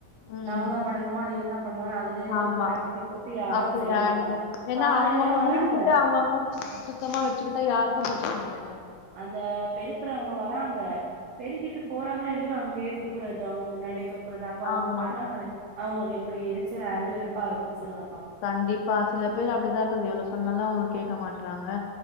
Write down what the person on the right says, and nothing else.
நாங்க
தா பண்ணணுமா நீங்க தா பண்ணுவ அது லயு ஒரு
போட்டா போட்டி போட்டு யாரும்
அத செய்ய
மாட்டாங்க
காலைலயு
வராங்க
அந்த பெருக்குறவங்க வராங்க பெருக்கிட்டு போறாங்களோ இல்லயோ அங்யே துப் பறது அவுங்க முன்னாடியே துப்பறது அப்ப அவுங்க
பண்றாங்கல்ல அவங்களுக்கு எப்பிடி இருக் ச்சே அறு வெறுப்பா இருக்கும் சொல்லுங்க பா